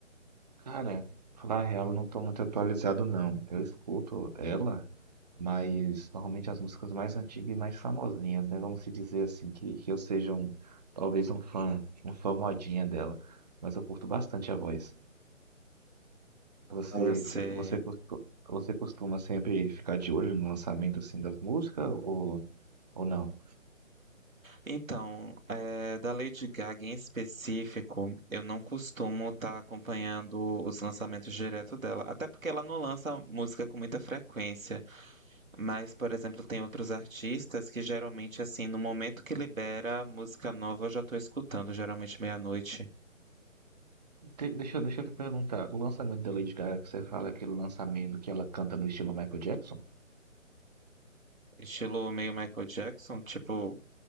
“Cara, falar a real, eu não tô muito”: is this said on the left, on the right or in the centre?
Right